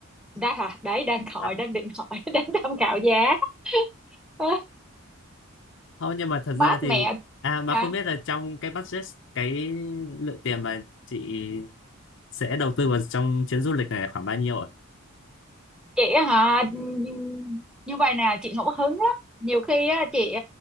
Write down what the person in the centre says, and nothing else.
đã hả đấy đang hỏi
đang định hỏi <laughs> đang tham khảo giá Ơ,
mát
mẹ
hả
chị á hả ừm, như vậy nè chị ngẫu hứng lắm nhiều khi á chị